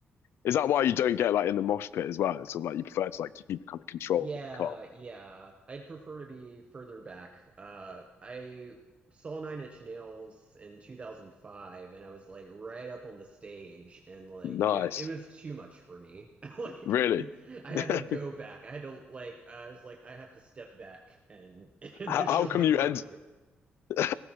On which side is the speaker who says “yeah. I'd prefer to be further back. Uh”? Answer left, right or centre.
Right